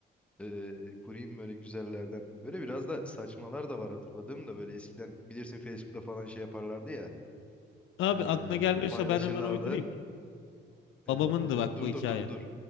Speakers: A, in the centre; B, on the left.
A: eee kurayım böyle güzellerden. Böyle biraz da saçmalar da var hatırladığım da böyle eskiden bilirsin Facebook'ta falan şey yaparlardı ya.
B: Abi
A: Ee,
B: aklına gelmiyorsa
A: paylaşırlardı.
B: ben hemen uydurayım mı? Babamındı
A: Ee,
B: bak
A: dur
B: bu hikaye.
A: dur dur dur.